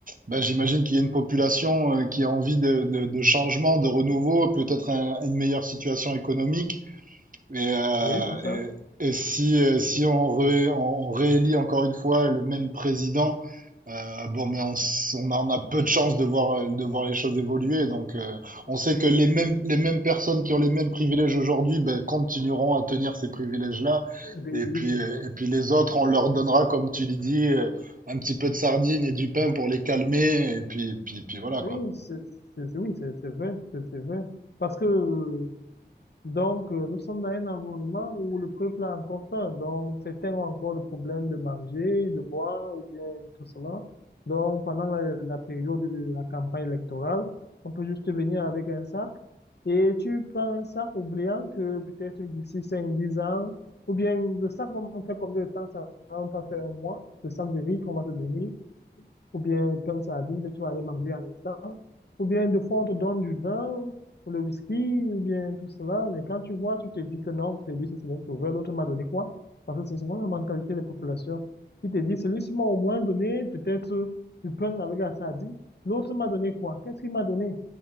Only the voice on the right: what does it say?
bah, j'imagine qu'il y a une population euh, qui a envie de, de, de changement, de renouveau, peut-être un- une meilleure situation économique. Et, euh,
et, et si, euh, si on, ré- on réélit encore une fois le même président, euh, bon, mais on, s- on a, on a peu de chances de voir, euh, de voir les choses évoluer. Donc, euh, on sait
que les
mêmes,
les mêmes personnes qui ont les mêmes privilèges aujourd'hui, ben, continueront à tenir ces privilèges-là.
Et
puis,
euh,
et puis les autres, on leur donnera, comme tu l'as dit, euh, un petit peu de sardines et du pain pour les calmer. Et puis, puis, puis voilà,
quoi.